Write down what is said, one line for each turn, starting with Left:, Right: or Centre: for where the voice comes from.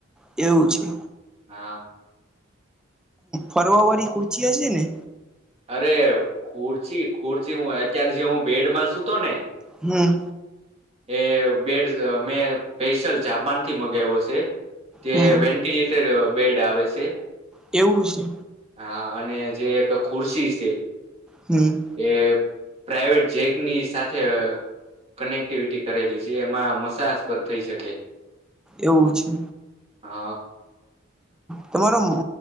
Centre: એવું છે.
Right: હા.
Centre: ફરવા વાળી ખુર્ચી હશે ને?
Right: અરે ખુર્ચી ખુર્ચી હું અત્યારે જે હું બેડમાં સુુંતો ને
Centre: હમ્મ.
Right: એ બેડ મેં સ્પેશિયલ જાપાન થી મગાવ્યો છે. તે
Centre: હમ
Right: વેન્ટિલેટર બેડ આવે છે.
Centre: એવું છે.
Right: હા, અને જે એક ખુરશી છે.
Centre: હમ
Right: એ પ્રાઈવેટ જેકની સાથે કનેક્ટિવિટી કરેલી છે, એમાં મસાજ પણ થઈ શકે
Centre: એવુ છે.
Right: હા
Centre: તમારું